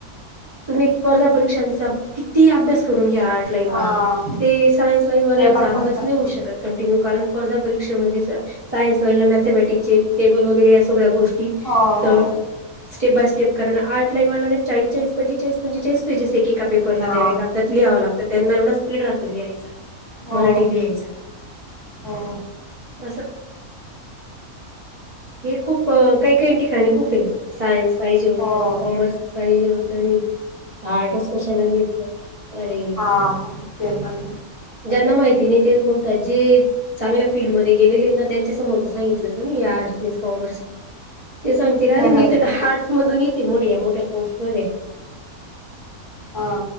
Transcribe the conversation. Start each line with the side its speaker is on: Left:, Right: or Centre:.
Right: तुम्ही एक स्पर्धा परीक्षांचा किती ही अभ्यास करू अ न हे आर्ट लाईन
Left: हा
Right: वाले ते सायन्स ल लाईन वाल्यांचा
Left: ते पण
Right: अभ्यास
Left: करू शकतो
Right: नाही होऊ शकत कंटीन्यू कारण स्पर्धा परीक्षेमध्ये सायन्स व मॅथमॅटिक्चे टेबल वगैरे या सगळ्या गोष्टी
Left: हो हो
Right: तर स्टेप बाय स्टेप करन आर्ट लाईन वाला्ल्लदना वरना चाळीस चाळीस पंचेचाळीस पंचेचाळीस पेजेस एक एक पेपरला
Left: हा
Right: द्यावे लागतात लिहावं लागतं त्यांना एवढा स्पीड राहतो लिहायचा.
Left: हो
Right: मराठी लिहायचा,
Left: हो
Right: अंसं. हे खूप अ काही-काहीन् ठिकाणी खूपे, सायन्स पाहिजे होतं
Left: हो
Right: आणि कॉमर्स पाहिजे होतं नी. आटच कशाला घेटलं. अरे,
Left: हा ते पण
Right: ज्यांना माहित तिने तेच बोलतात जे चांगल्या फील्डमध्ये गेलेलत ना त्यांच्या समोजं सांगितलं क नई आर्ट्स नीस् काॅम मस ते सांगतील आरे
Left: खरं
Right: मी त हार्डस मधून येते मोट् त्या मोठ्या पोस्टपोन ए,
Left: हा